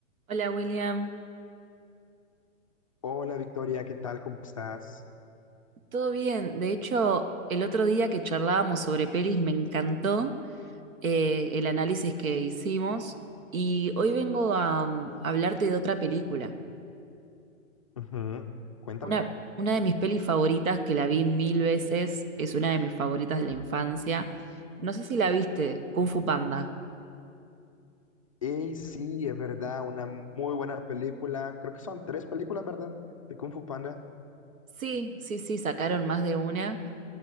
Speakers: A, on the right (about 85°); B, on the left (about 30°).
A: Hola William,
B: Hola Victoria, ¿qué tal? ¿Cómo estás?
A: ¿todo bien? De hecho, el otro día que charlábamos sobre pelis me encantó eh, el análisis que hicimos y hoy vengo a, mm, hablarte de otra película.
B: Ujú, Cuéntame.
A: Una, una de mis pelis favoritas que la vi mil veces, es una de mis favoritas de la infancia. No sé si la viste, Kung Fu Panda.
B: Y sí, es verdad, una muy buena película. Creo que son tres películas, ¿verdad? De Kung Fu Panda.
A: Sí, sí, sí, sacaron más de una.